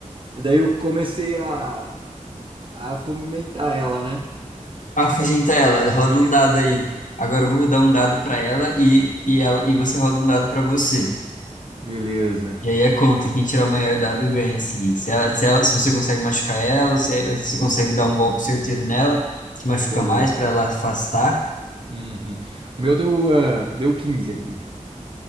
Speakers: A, on the right; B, on the left.
A: Daí eu comecei a, a fomentar ela, né?
B: afugentar
A: Daí
B: ela. Roda
A: o gen-
B: um dado aí. Agora eu vou rodar um dado pra ela e, e, ela, e você roda um dado pra você.
A: Beleza.
B: E aí é conta, quem tirar o maior dado ganha, assim. Se ela, se ela, se você consegue machucar ela, ou se se você
A: O-
B: consegue dar um golpe certeiro nela, que machuca
A: Beleza.
B: mais pra ela afastar.
A: Uhum. O meu deu, ah, deu quinze aqui.